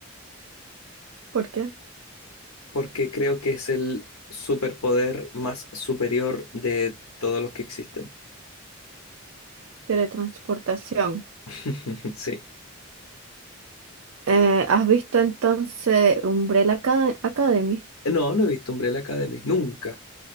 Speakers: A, on the right; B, on the left.
A: ¿Por qué?
B: porque creo que es el superpoder más superior de todos los que existen.
A: Teletransportación.
B: <laughs> Sí.
A: Eh, ¿has visto entonces Umbrella Acad- Academy?
B: No, no he visto Umbrella Academy. Nunca.